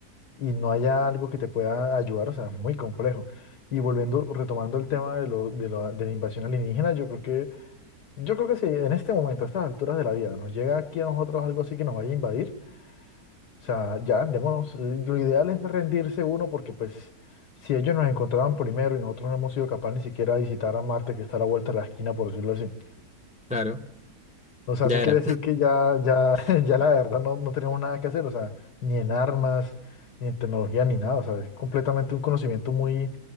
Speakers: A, on the left (about 80°); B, in the centre.
A: y no haya algo que te pueda ayudar, o sea, es muy complejo. Y volviendo, retomando el tema de lo, de lo- de la invasión alienígena, yo creo que, yo creo que si en este momento, a estas alturas de la vida, nos llega aquí a nosotros algo así que nos vaya a invadir, o sea, ya, démonos, eh, lo ideal es rendirse uno porque pues si ellos nos encontraban primero y nosotros no hemos sido capaces ni siquiera de visitar a Marte, que está a la vuelta de la esquina, por decirlo así.
B: Claro,
A: O sea, eso
B: ya
A: quiere
B: era.
A: decir que ya, ya, <laughs>
B: <laughs>
A: ya la verdad no, no tenemos nada que hacer, o sea, ni en armas, ni en tecnología, ni nada, o sea, es completamente un conocimiento muy,